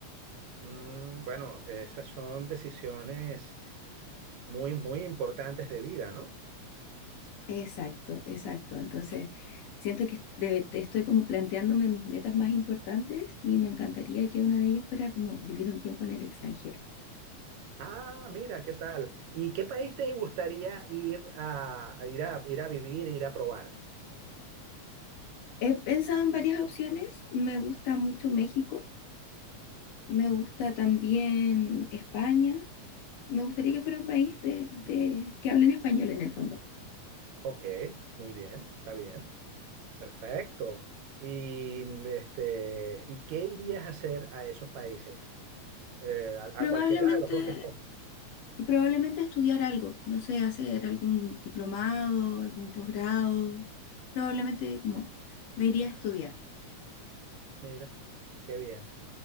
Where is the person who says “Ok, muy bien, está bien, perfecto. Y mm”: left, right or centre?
Right